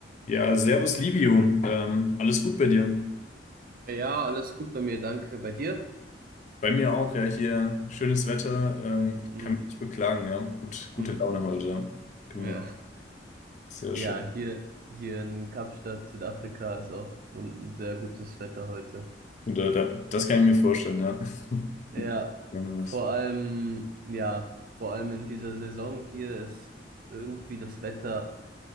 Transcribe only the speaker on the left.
Ja, servus Livio, ähm, alles gut bei dir?
Bei mir auch, ja, hier schönes Wetter, ähm,
kann mich nicht beklagen, ja, gut, gute
Laune heute, ja. genau,
sehr
schön.
Und äh, da, das kann ich mir vorstellen, ja. <laughs>
Ja, nice.